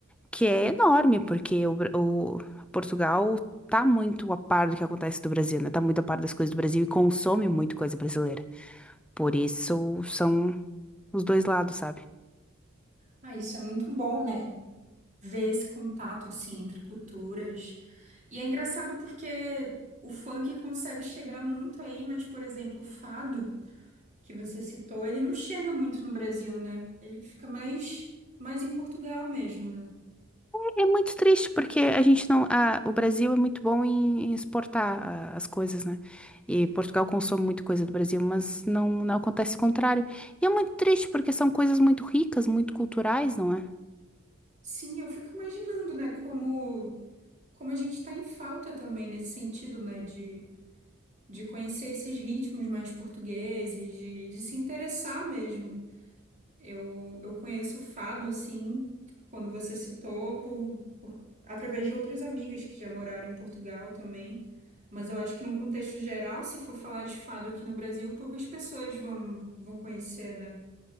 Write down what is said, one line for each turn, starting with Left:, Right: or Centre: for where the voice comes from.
Centre: que é enorme, porque o, Bra- o Portugal tá muito a par do que acontece do Brasil, né? Tá muito a par das coisas do Brasil e consome muito coisa brasileira. Por isso são os dois lados, sabe?
Right: Ah, isso é muito bom, né? Ver esse contato assim entre culturas. E é engraçado porque o funk consegue chegar muito aí, mas, por exemplo, o fado que você citou, ele não chega muito no Brasil, né? Ele fica mais mais em Portugal mesmo, né?
Centre: É muito triste porque a gente não, a- o Brasil é muito bom em, em exportar ah, as coisas, né? E Portugal consome muito coisa do Brasil, mas não, não acontece o contrário. E é muito triste porque são coisas muito ricas, muito culturais, não é?
Right: Sim, eu fico imaginando, né, como como a gente tá em falta também nesse sentido, né, de de conhecer esses ritmos mais portugueses, de, de se interessar mesmo. Eu, eu conheço o fado, assim, quando você citou, por, por- através de outras amigas que já moraram em Portugal também. Mas eu acho que, num contexto geral, se for falar de fado aqui no Brasil, poucas pessoas vão, vão conhecer, né?